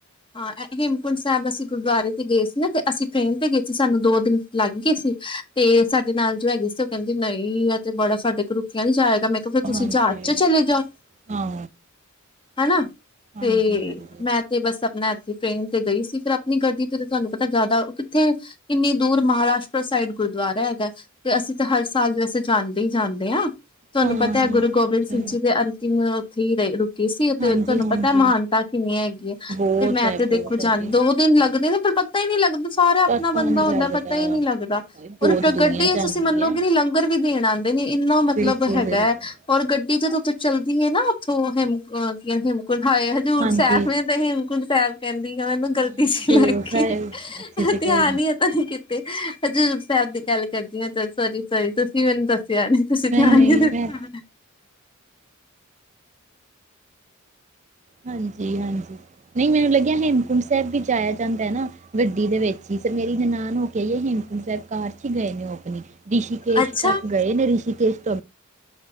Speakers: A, on the left; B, on the right.
A: ਹਾਂ ਹੇਮਕੁੰਟ ਸਾਹਿਬ ਅਸੀਂ ਗੁਰਦੁਆਰੇ ਤੇ ਗਏ ਸੀ ਨਾ ਤੇ ਅਸੀਂ ਟ੍ਰੇਨ ਤੇ ਗਏ ਸੀ, ਸਾਨੂੰ ਦੋ ਦਿਨ ਲੱਗ ਗਏ ਸੀ, ਤੇ ਸਾਡੇ ਨਾਲ ਜੋ ਹੈਗੇ ਸੀ ਉਹ ਕਹਿੰਦੀ ਨਹੀਂ ਆ ਤੇ ਬੜਾ ਸਾਡੇ ਕੋਲ ਰੁੱਕਿਆ ਨੀ ਜਾਇਆ। ਮੈਂ ਕਿਹਾ ਫਿਰ
B: ਹਾਂਜੀ
A: ਤੁਸੀਂ ਜਹਾਜ਼ ਚ ਚਲੇ ਜਾਓ
B: ਹਾਂ
A: ਹਨਾ
B: ਹਾਂਜੀ
A: ਤੇ
B: ਹਾਂਜੀ
A: ਮੈਂ ਤੇ ਬਸ ਮੈਂ ਇਥੇ ਟ੍ਰੇਨ ਤੇ ਗਈ ਸੀ, ਫਿਰ ਆਪਣੀ ਗੱਡੀ ਤੇ ਤੁਹਾਨੂੰ ਪਤਾ ਜ਼ਿਆਦਾ ਕਿੱਥੇ ਕਿੰਨੀ ਦੂਰ ਮਹਾਰਾਸ਼ਟਰ ਸਾਈਡ ਗੁਰਦੁਆਰਾ ਹੈਗਾ ਤੇ ਅਸੀਂ ਤਾਂ ਹਰ ਸਾਲ ਵੈਸੇ ਜਾਂਦੇ ਹੀ ਜਾਂਦੇ ਹਾਂ। ਤੁਹਾਨੂੰ
B: ਹਾਂ
A: ਪਤਾ ਹੈ ਗੁਰੂ
B: ਅੱਛਾ
A: ਗੋਬਿੰਦ
B: ਅੱਛਾ
A: ਸਿੰਘ ਜੀ ਦੇ ਅੰਤਿਮ <unintelligible> ਸੀ ਤੇ
B: ਹਾਂਜੀ
A: ਤੁਹਾਨੂੰ
B: ਹਾਂਜੀ
A: ਪਤਾ ਮਹਾਨਤਾ ਕਿੰਨੀ ਹੈਗੀ ਹੈ।
B: ਬਹੁਤ ਹੈ
A: ਤੇ ਦੇਖੋ
B: ਬਹੁਤ ਹੈ
A: ਜਦ
B: ਜੀ
A: ਦੋ ਦਿਨ ਲ ਲੱਗਦੇ ਨੇ ਪਰ ਪਤਾ ਹੀ ਨਹੀਂ ਲੱਗਦਾ। ਸਾਰਾ ਆਪਣਾ
B: ਪਤਾ
A: ਬੰਦਾ
B: ਨੀ
A: ਹੁੰਦਾ
B: ਲੱਗਦਾ
A: ਪਤਾ ਹੀ ਨੀ ਲੱਗਦਾ,
B: ਬਹੁਤ
A: ਔਰ
B: ਦੁਨੀਆਂ
A: ਗੱਡੀ
B: ਜਾਂਦੀ
A: ਚ ਤੁਸੀਂ ਮੰਨੋਗੇ
B: ਹੈ
A: ਨੀ ਲੰਗਰ ਵੀ ਦੇਣ ਆਦੇ ਨੇ ਇੰਨਾ ਮਤਲਬ
B: ਬਿਲਕੁਲ
A: ਹੈਗਾ
B: ਬਿਲਕੁਲ
A: ਹੈ ਔਰ ਗੱਡੀ ਜਦੋਂ ਚਲਦੀ ਹੈ ਨਾ ਉੱਥੋਂ ਹੇਮ ਕੀ ਹੇਮ ਹਾਏ ਹਜੂਰ
B: ਹਾਂਜੀ
A: ਸਾਹਿਬ ਮੈਨੂੰ ਤਾਂ ਹੇਮਕੁੰਟ ਸਾਹਿਬ ਕਹਿੰਦ ਮੈਨੂੰ
B: ਹਾਂ
A: ਗ਼ਲਤੀ ਸੀ
B: ਹਜ਼ੂਰ
A: ਲੱਗ
B: ਸਾਹਿਬ
A: ਗੀ
B: ਅੱਛਾ ਅੱਛਾ
A: ਧਿਆਨ
B: ਕੋਈ
A: ਈ ਨੀ ਪਤਾ ਨੀ ਤੇ ਹਜ਼ੂਰ ਸਾਹਿਬ ਦੀ ਗੱਲ ਕਰਦੀ ਆ ਚਲੋ ਸੋ਼ਰੀ, ਸੋ਼ਰੀ ਤੁਸੀਂ ਮੈਨੂੰ ਦੱ ਸਿਆ ਨਹੀਂ ਤੁਸੀਂ ਧਿਆਨ
B: ਨਹੀਂ ਨਹੀਂ
A: ਨੀ ਦਿੱਤਾ।
B: ਮੈਂ ਹਾਂਜੀ, ਹਾਂਜੀ ਨਹੀਂ ਮੈਨੂੰ ਲੱਗਿਆ ਹੇਮਕੁੰਟ ਸਾਹਿਬ ਵੀ ਜਾਇਆ ਜਾਂਦਾ ਹੈ ਨਾ ਗੱਡੀ ਦੇ ਵਿੱਚ ਹੀ ਤੇ ਮੇਰੀ ਨਨਾਣ ਹੋ ਕੇ ਆਈ ਏ ਹੇਮ ਕੂੰਟ ਸਾਹਿਬ ਕਾਰ ਚ ਹੀ ਗਏ ਨੇ ਉਹ ਆਪਣੀ? ਰਿਸ਼ੀਕੇਸ਼
A: ਅੱਛਾ
B: ਤੱਕ ਗਏ ਨੇ ਰਿਸ਼ੀ <unintelligible>